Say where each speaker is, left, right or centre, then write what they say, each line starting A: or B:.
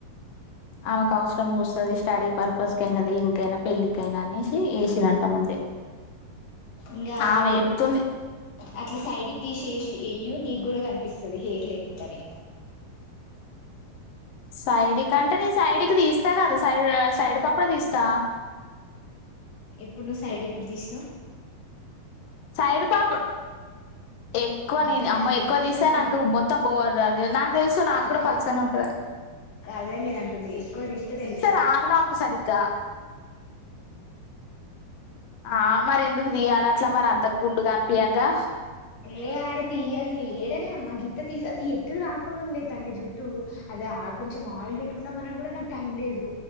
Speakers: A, on the left; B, on the left.
A: ఆమెకు అవసరం వస్తుంది స్టడీ పర్పస్ కయినా దేనికైనా పెళ్ళకైనా అనేసి ఏసిండ్రు ముందే
B: ఇంకా
A: ఆమె
B: నువ్వు
A: చెప్తుంది
B: అట్లా సైడ్కి దది చేసి వెయ్య నీకు కూడా కనిపిస్తుది హెర్ లేకుండానే
A: సైడికి అంటే సైడుకి తీస్తా కదా సైడ్ సైడ్ పాప్పుడు తీస్తా.
B: ఎప్పుడు నువ్వు సైడ్ ఎప్పుడు తీసినావ్
A: సైడ్ పాప ఎక్కువ
B: గిత్తత
A: న అమ్మ ఎక్కువ
B: గిత్తతది
A: తీస్తే నాకు మొత్తం పోడ నాకు తెలుసు నాకు
B: ఆ
A: కూడా పలుసనే ఉంటదా
B: అదే నేను అంటుది ఎక్కువది తీస్తే తెలుసు
A: రాదు నాకు సరిగ్గా ఆ మరి ఎందుకు తీయాల అట్లా మరి అంత గుండుగా అనిపియంగా
B: ఏ ఆడతి అని ఏడనే అమ్మా గిత్త తీస ఎతు రాకుండా ఉందే తల్లి జుట్టు అది కొంచెం ఆయిల్ పెట్కున్నా మనం కూడా నాకు టైం లేదు